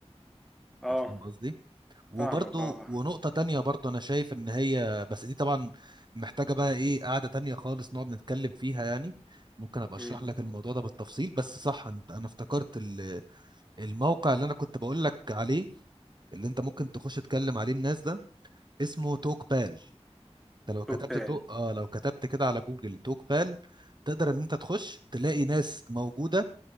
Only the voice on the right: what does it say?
فاهم قصدي؟ وبرضو
ونقطة تانية برضو أنا شايف إن هي بس دي طبعا محتاجة بقى إيه قعدة تانية خالص نقعد نتكلم فيها يعني ممكن أبقى أشرح
لك الموضوع ده بالتفصيل بس صح أنت- أنا افتكرت ال- الموقع اللي أنا كنت بقول لك عليه اللي أنت ممكن تخش تكلم عليه الناس ده اسمه توك بال أنت لو كتبت
توك آه لو كتبت كده على جوجل توك بال تقدر إن أنت تخش تلاقي ناس موجودة